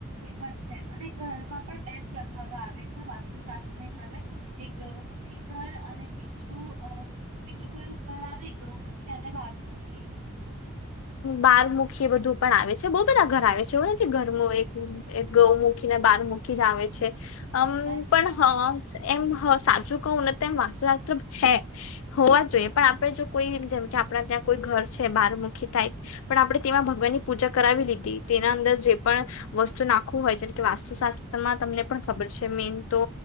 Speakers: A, on the right (about 80°); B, on the left (about 65°).
A: એ પણ છે અને ઘરમાં પણ બે પ્રકારો આવે છે વાસ્તુશાસ્ત્ર હિસાબે એક ગૌમુખી ઘર અને બીજું. બીજું કોયું ઘર આવે ગ. અને વાઘ મૂકી.
B: બહાર મૂકી એ બધું પણ આવે છે બહુ બધા ઘર આવે છે એવું નથી ઘર એક ગૌ મૂકીને બહાર મૂકી જ આવે છે. આમ
A: અચ્છા
B: પણ હા. એમ સાચું કહું ને તો એમ વાસ્તુ આસ્ત્ર છે હોવા જોઈએ પણ આપડે જો કોઈ જેમ કે આપણા ત્યાં કોઈ ઘર છે બાર. આી ટ પણ આપણે તેમાં ભગવાનની પૂજા કરાવી લીધી તેના અંદર જે પણ વસ્તુ નાખવું હોય છેમ કે વાસ્તુશાસ્ત્રમાં તમને પણ ખબર છે મેન તો